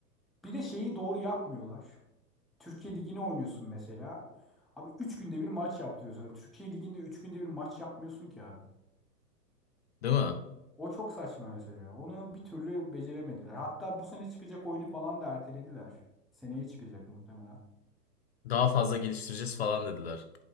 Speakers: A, in the centre; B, on the left (about 40°).
A: Bir de şeyi doğru yapmıyorlar. Türkiye Ligi'ne oynuyorsun mesela. Abi 3 günde bir maç yaptırıyorsun. Yani Türkiye Ligi'nde 3 günde bir maç yapmıyorsun ki abi.
B: Değil mi?
A: O çok saçma mesela. Onu bir türlü beceremediler. Hatta bu sene çıkacak oyunu falan da ertelediler. Seneye çıkacak muhtemelen.
B: Daha fazla geliştireceğiz falan dediler.